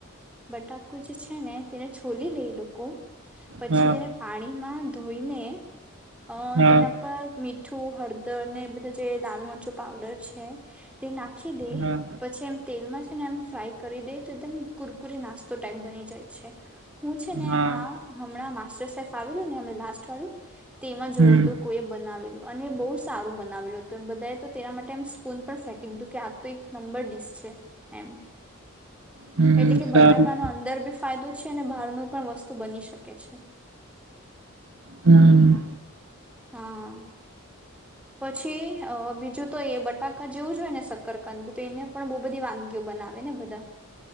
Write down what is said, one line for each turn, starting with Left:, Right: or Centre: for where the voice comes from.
Centre: બટાકુ જે છે ને તેને છોલી લઈ લોકો પછી
Right: હા
Centre: તેને પાણી મામાં ધઈને અ
Right: હા
Centre: એના પરી મીઠું હળદર અને એ બધા જે લાલ મરચું પાવડર છે તે નાખી દે
Right: હા
Centre: પછી એમ તેલમાં એમ ફ્રાય કરી દે કુરકુરી નાસ્તો ટાઈપ બની જાય છે હું છે ને
Right: હા
Centre: આ હમણાં માર આવેલું ને હમ લાસ્ટ વાળું તેમાં જોયું
Right: હમ
Centre: હતું કોઈએ બનાવેલું અને બહુ સારું બનાવેલું હતું બધાએ તો તેના માટે સ્પૂન પણ ફેંકી દીધું કે આ તો એક નંબર ડીશ છે એમ
Right: હમ
Centre: એટલે કે
Right: સારું
Centre: બટાકાનો અંદર બી ફાયદો છે અને બારનો પણ વસ્તુ બની શકે છે
Right: હમ
Centre: હા હ પછી અ બીજું તો એ બટાકા જેવું જો હોય ને શક્કરકંદ બી તો એને પણ બહુ બધી વાનગીઓ બનાવે ને બધા